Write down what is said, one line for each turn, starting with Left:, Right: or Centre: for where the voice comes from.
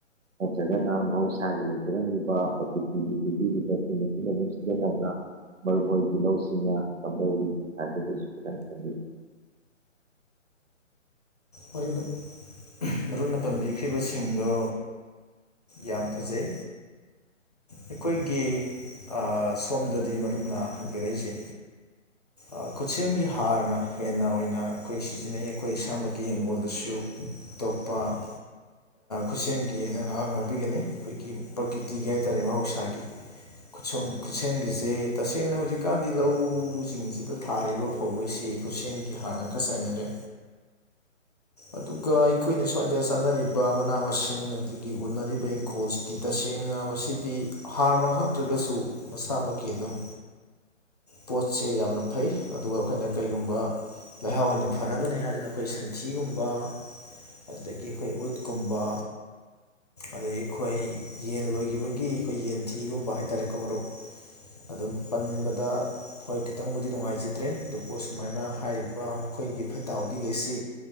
Right: ꯅꯠꯇ꯭ꯔꯒꯅ ꯃꯍꯧꯁꯥꯒꯤ ꯂꯩꯖꯔꯝꯃꯤꯕ ꯄ꯭ꯔꯀꯤꯇꯤꯒꯤ ꯄꯤꯕꯤꯔꯤꯕꯁꯤꯡ ꯑꯁꯤꯅ ꯑꯗꯨꯝ ꯁꯤꯖꯤꯟꯅꯕ꯭ꯔꯥ ꯃꯔꯨꯞꯍꯣꯏꯒꯤ ꯂꯧꯁꯤꯡꯅ ꯀꯝꯗꯧꯋꯤ ꯑꯗꯨꯒꯤꯁꯨ ꯈꯤꯇꯪ ꯊꯝꯕꯤꯌꯨ
Left: ꯃꯔꯨꯨꯞꯅ ꯃꯔꯨꯨꯞꯅ ꯄꯟꯕꯤꯈ꯭ꯔꯤꯕꯁꯤꯡꯗꯨ ꯌꯥꯝ ꯐꯖꯩ ꯑꯩꯈꯣꯏꯒꯤ ꯑꯥ ꯁꯣꯝꯗꯗꯤ ꯃꯔꯨꯞꯅ ꯍꯪꯕꯤꯔꯛꯏꯁꯦ ꯑ ꯈꯨꯠꯁꯦꯝꯒꯤ ꯍꯥꯔꯅ ꯍꯦꯟꯅ ꯑꯣꯏꯅ ꯑꯩꯈꯣꯏ ꯁꯤꯖꯤꯟꯅꯩ ꯑꯩꯈꯣꯏ ꯏꯁꯥꯃꯛꯀꯤ ꯍꯤꯡꯒꯣꯜꯗꯁꯨ ꯁꯨ ꯇꯣꯞꯄ ꯑ ꯈꯨꯠꯁꯦꯝꯒꯤꯅ ꯉꯍ ꯉꯥꯛꯄꯤꯒꯅꯤ ꯑꯩꯈꯣꯏꯒꯤ ꯄ꯭ꯔꯀꯤꯇꯤꯒꯤ ꯍꯥꯏꯇꯥꯔꯦ ꯃꯍꯧꯁꯥꯒꯤ <unintelligible> ꯈꯨꯠꯁꯦꯝꯒꯤꯁꯦ ꯇꯁꯦꯡꯅ ꯍꯧꯖꯤꯛꯀꯥꯟꯗꯤ ꯂꯧꯁꯤꯡꯁꯤꯗ ꯊꯥꯔꯤꯕ ꯐꯧꯒꯩꯁꯤ ꯈꯨꯠꯁꯦꯝꯒꯤ ꯍꯥꯔ ꯉꯥꯛꯇ ꯆꯥꯏꯅꯔꯦ ꯑꯗꯨꯒ ꯑꯩꯈꯣꯏꯅ ꯁ꯭ꯋꯥꯏꯗ ꯆꯥꯅꯔꯤꯕ ꯃꯅꯥ ꯃꯁꯤꯡ ꯑꯗꯒꯤ ꯎꯅꯔꯤꯕ ꯏꯪꯈꯣꯜꯁꯤ ꯗꯤ ꯇꯁꯦꯡꯅ ꯃꯁꯤꯗꯤ ꯍꯥꯔꯃꯛ ꯍꯥꯥꯞꯇ꯭ꯔꯒꯁꯨ ꯃꯁꯥꯃꯛꯀꯤ ꯑꯗꯨꯝ ꯄꯣꯠꯁꯦ ꯌꯥꯝꯅ ꯐꯩ ꯑꯗꯨꯒ ꯑꯩꯈꯣꯏꯅ ꯀꯩꯒꯨꯝꯕ ꯂꯩꯍꯥꯎ ꯑꯣꯏꯅ ꯐꯅꯕꯅꯦ ꯍꯥꯏꯗꯅ ꯑꯩꯈꯣꯏ ꯁꯟꯊꯤꯒꯨꯝꯕ ꯑꯗꯒꯤ ꯑꯩꯈꯣꯏ ꯎꯠꯀꯨꯝꯕ ꯑꯗꯩ ꯑꯩꯈꯣꯏ ꯌꯦꯟ ꯂꯣꯏꯈꯤꯕꯒꯤ ꯑꯩꯈꯣꯏ ꯌꯦꯟꯊꯤꯒꯨꯝꯕ ꯍꯥꯏꯇꯥꯔꯦꯀꯣ ꯃꯔꯨꯞ ꯑꯗꯨꯝ ꯄꯟꯕꯗ ꯍꯣꯏ ꯈꯤꯇꯪꯕꯨꯗꯤ ꯅꯨꯡꯉꯥꯏꯖꯗ꯭ꯔꯦ ꯑꯗꯨꯕꯨ ꯁꯨꯃꯥꯏꯅ ꯍꯥꯏꯔꯤꯕ ꯃꯈꯣꯏꯒꯤ ꯐꯠꯇ ꯍꯥꯎꯗꯤꯈꯩꯁꯤ